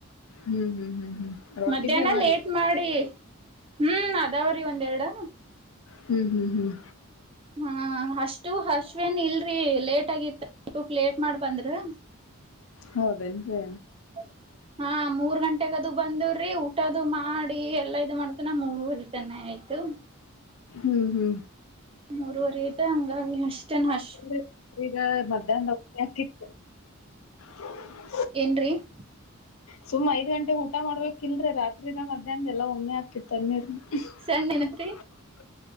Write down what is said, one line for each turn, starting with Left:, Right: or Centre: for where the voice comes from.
Left: ಹ್ಮ್ ಹ್ಮ್ ಹ್ಮ್ ಹ್ಮ್ ರೊಟ್ಟಿ
Right: ಮಧ್ಯಾಹ್ನ
Left: ಬಿ ಅವರಿ
Right: ಲೇಟ್ ಮಾಡಿ ಹ್ಮ್ ಅದಾವ್ರೀ ಒಂದೆರಡು
Left: ಹ್ಮ್ ಹ್ಮ್ ಹ್ಮ್
Right: ಹ್ಮ ಅಷ್ಟು ಹಶ್ವೇನ್ ಇಲ್ರೀ ಲೇಟ್ ಆಗಿತ್ತ ಊಟಕ್ ಲೇಟ್ ಮಾಡ್ ಬಂದ್ರಿ
Left: ಹೌದೇನ್ ರಿ
Right: <unintelligible> ಹಾ ಮೂರ್ ಗಂಟೆಗದು ಬಂದವ್ರಿ ಊಟದು ಮಾಡಿ ಎಲ್ಲಾ ಇ ಮಾಡ್ತನ ಮೂರುರ್ತನೆೆ ಆಯ್ತು
Left: ಹ್ಮ್ ಹ್ಮ್
Right: ಮೂರುವವರೆ ಮತ್ತೆ ಹಂಗ ಅಷ್ಟೇನ್ ಅಶ
Left: ಸುಮ್ ಈಗ ಮಧ್ಯಾಹ್ನ ಹಾಕಿ <unintelligible> ಹೌ <unintelligible>
Right: ಏನ್ರೀ <unintelligible>
Left: ಸುಮ್ಮ್ ಐದ ಗಂಟೆಗೆ ಊಟ ಮಾಡ್ಬೇಕ್ ಇಲ್ರರಿ ರಾತ್ರಿದ ಮಧ್ಯಾಹ್ನ ಎಲ್ಲ ಒಮ್ಮೆ ಆಕಿತ್ತು <unintelligible> ತನ್ನೆ <unintelligible>
Right: ಸಣ್ಣ ಏನತ್ರಿ